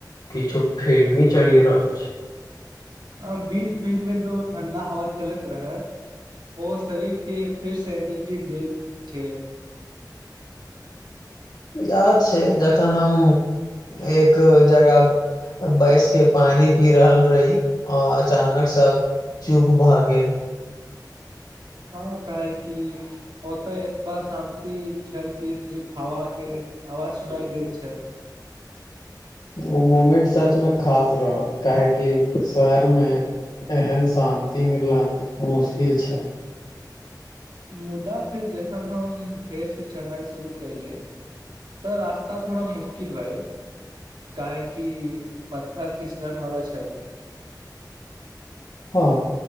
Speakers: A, on the left; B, on the right.
A: किछु फिल्मी चलि रहल छै
B: ह बीच बीच में जो ठण्डा हवा चलैत रहै ओ शरीर के फेर से एनर्जी देत छै
A: याद छै जखन हम एक जगह बैस के पानि पी रहल रही आ अचानक सब चुप भऽ गेल
B: हँ काहे कि ओतऽ एतबा शान्ति छल कि सिर्फ हवा के आवाज सुनाई दैत छल
A: ओ मूमेंट सच मे खास रहल काहेकि शहर मे एहन शान्ति मिलना पर मुश्किल छै
B: मुदा फेर जखन हम फेरसे चढ़ाइ शुरू कयले तऽ रास्त थोड़ा मुश्किल भाए काहे कि पत्थर फिसलन वाला छल
A: हँ